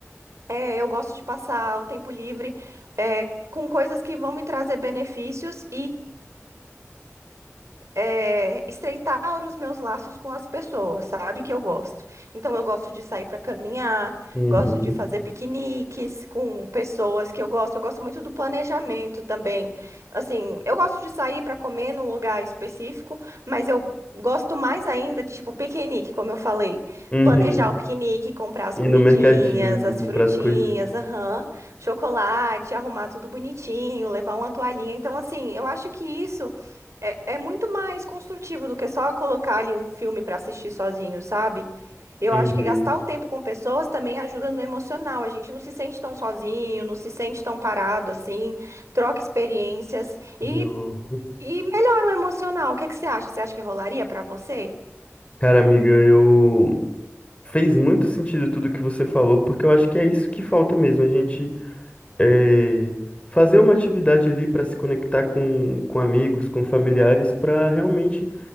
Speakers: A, on the right (about 70°); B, on the left (about 25°).
A: É, eu gosto de passar o tempo livre, é, com coisas que vão me trazer benefícios é, estreitar os meus laços com as pessoas, sabe? Que eu gosto. Então, eu gosto de sair para caminhar,
B: Uhum.
A: gosto de fazer piqueniques com pessoas que eu gosto. Eu gosto muito do planejamento também. Assim, eu gosto de sair para comer num lugar específico, mas eu gosto mais ainda de, tipo, piquenique, como eu falei.
B: Uhum.
A: Planejar o piquenique, comprar as
B: Ir
A: comidinhas,
B: no mercadinho,
A: as
B: comprar
A: frutinhas,
B: as coisinhas.
A: aham, Chocolate, arrumar tudo bonitinho, levar uma toalhinha. Então, assim, eu acho que isso. É, é muito mais construtivo do que só colocar ali um filme para assistir sozinho, sabe? Eu
B: Uhum.
A: acho que gastar o tempo com pessoas também ajuda no emocional. A gente não se sente tão sozinho, não se sente tão parado assim, troca experiências e,
B: Não.
A: e melhora o emocional. O que que você acha? Você acha que rolaria para você?
B: Cara, amiga, eu. Fez muito sentido tudo que você falou, porque eu acho que é isso que falta mesmo. A gente é, fazer uma atividade ali para se conectar com, com amigos, com familiares, para realmente